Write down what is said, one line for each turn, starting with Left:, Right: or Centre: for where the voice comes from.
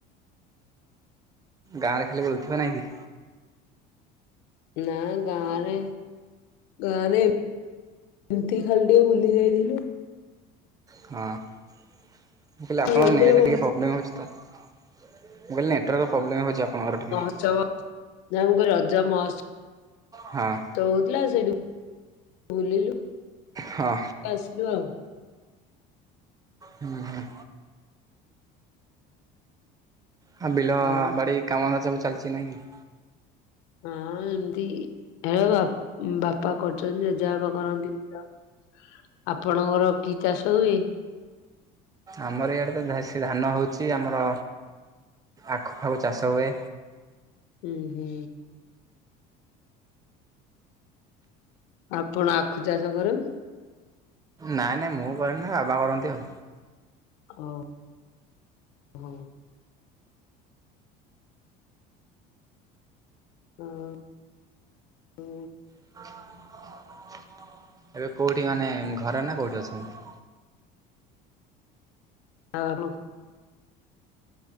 Right: ଗାଁରେ ଖାଲି ବୁଲୁଥିବେ ନାଇଁ କି।
Left: ନା ଗାଁରେ ଗାଁରେ ଏମିତି ଖାଲି ଟିକେ ବୁଲି ଯାଇଥିଲୁ।
Right: ହଁ ମୁ କହିଲି ଆପଣଙ୍କ
Left: ରଜ
Right: ନେଟ
Left: ମହ-
Right: ଟିକେ ପ୍ରୋବ୍ଲେମ୍ ହେଉଛି ତ ମୁଁ କହିଲି ନେଟ ହଟର ପ୍ରୋବଲେମ୍ ହେଉଛି ଆଣଙ୍କର ଟିକେ
Left: <unintelligible> ଯାହା ଆମକୁ ରଜ ମହ ସ
Right: ହଁ।
Left: ତହୁଥିଲା ସେଇଠୁ ବୁଲିଲୁ।
Right: ହଁ
Left: ଆସିଲୁ ଆଉ।
Right: ହୁଁ ହୁଁ। ହଁ ବିଲ
Left: ଆଉ
Right: ବାଡ଼ି କାମଧନ୍ଧା ସବୁ ଚାଲିଚି ନାଇଁ କି।
Left: ହଁ ଏମିତି ହେ ବାପା କରୁଚନ୍ତି ଜେଜାପା କରନ୍ତି ବିଲ। ଆପଣଙ୍କର କି ଚାଷ ହୁଏ।
Right: ଆମର ଏଇଆଡ଼ ତ ଧେସି ଧାନ ହେଉଛି ଆମର ଆଖୁପାଖ ଚାଷ ହୁଏ।
Left: ହୁଁ ହୁଁ। ଆପଣ ଆଖୁ ଚାଷ କରନ୍ତି।
Right: ନାଇଁ ନାଇଁ ମୁଁ କରେନି ବାବା କରନ୍ତି ଆଉ।
Left: ଓ ହଁ। ହଁ ହଁ।
Right: <unintelligible> ଏବେ କୋଉଠି ମାନେ ଘରେ ନା କୋଉଠି ଅଛନ୍ତି।
Left: ଆ ହଁ।